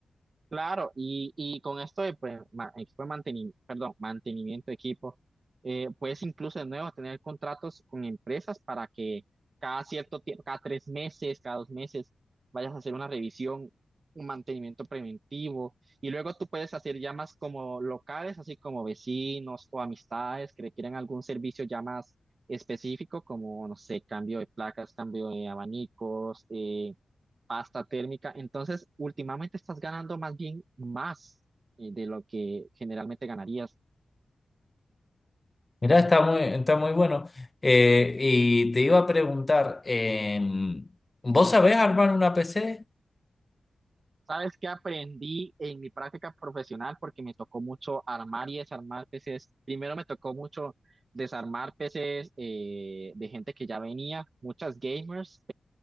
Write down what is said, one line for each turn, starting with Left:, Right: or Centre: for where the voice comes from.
Right: Claro, y, y con esto de pues, ma- equipo de mantenimiento, perdón, mantenimiento de equipos, eh, puedes incluso de nuevo tener contratos con empresas para que cada cierto tiempo, cada tres meses, cada dos meses, vayas a hacer una revisión, un mantenimiento preventivo, y luego tú puedes hacer llamas como locales, así como vecinos o amistades que requieren algún servicio ya más específico, como, no sé, cambio de placas, cambio de abanicos, eh, pasta térmica. Entonces, últimamente estás ganando más bien más eh, de lo que generalmente ganarías.
Left: Mirá, está muy, está muy bueno. Eh, y te iba a preguntar, em, ¿vos sabés armar una PC?
Right: ¿Sabes qué aprendí en mi práctica profesional? Porque me tocó mucho armar y desarmar PCs. Primero me tocó mucho desarmar PCs eh, de gente que ya venía, muchas gamers,